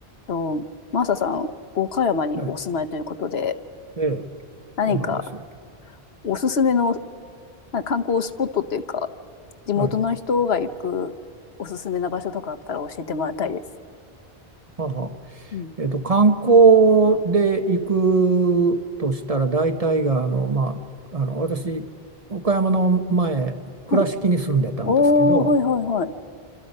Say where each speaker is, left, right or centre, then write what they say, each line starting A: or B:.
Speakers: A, on the left (about 75°); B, on the right (about 35°).
A: と、マサさん、岡山にお住まいということで、
B: はい、ええ、
A: 何か
B: そうなんですよ。
A: おすすめのなんか観光スポットっていうか、地元の人が行くおすすめな場所とかあったら教えてもらいたいです。
B: はい。はあはあ
A: うん。
B: えっと、観光で行くとしたら、大体が、あの、まあ、あの、私、岡山の前、倉敷に住んでたんですけど、
A: はい。おー、はいはいはい。